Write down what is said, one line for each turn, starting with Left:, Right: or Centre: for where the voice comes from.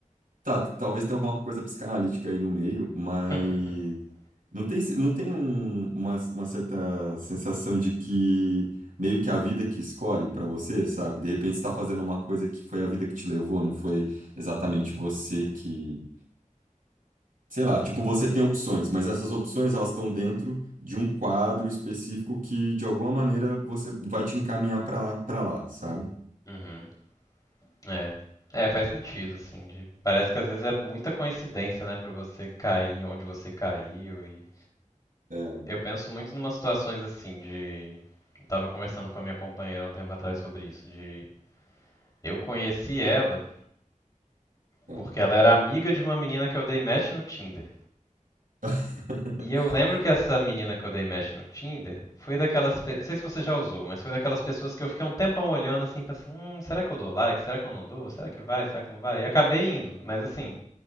Right: Tá, talvez tenha alguma coisa psicanalítica aí no meio, mas.
Left: <laughs>
Right: Não tem, se- não tem um- uma, uma certa sensação de que meio que a vida que escolhe pra você, sabe? De repente você tá fazendo uma coisa que foi a vida que te levou, não foi exatamente você que. Sei lá, tipo, você tem opções, mas essas opções elas estão dentro de um quadro específico que de alguma maneira você vai te encaminhar pra para lá, sabe?
Left: Uhum. É. É, faz sentido, assim. de- Parece que às vezes é muita coincidência, né, pra você cair onde você caiu e
Right: É,
Left: Eu penso muito numas situações assim de. Eu tava conversando com a minha companheira um tempo atrás sobre isso, de eu conheci ela
Right: é.
Left: porque ela era amiga de uma menina que eu dei match no Tinder.
Right: <laughs>
Left: E eu lembro que essa menina que eu dei match no Tinder foi daquelas, pe- não sei se você já usou, mas foi daquelas pessoas que eu fiquei um tempão olhando assim, pensando, hum, será que eu dou like? Será que eu não dou? Será que vai? Será que não vai? E acabei indo, mas assim,